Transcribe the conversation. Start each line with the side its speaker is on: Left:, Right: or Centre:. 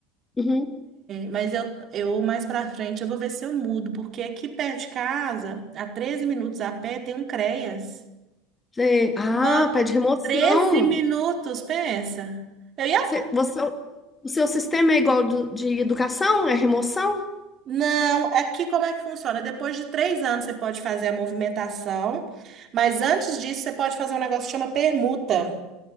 Left: uhum.
Right: Mas eu, eu mais pra frente eu vou ver se eu mudo, porque aqui perto de casa, a 13 minutos a pé, tem um CREAS.
Left: Sei. Ah,
Right: Não,
Left: pede remoção.
Right: 13 minutos, pensa. Eu ia.
Left: Você, você- o seu sistema é igual do- de educação? É remoção?
Right: Não, aqui como é que funciona? Depois de três anos você pode fazer a movimentação, mas antes disso você pode fazer um negócio que chama permuta.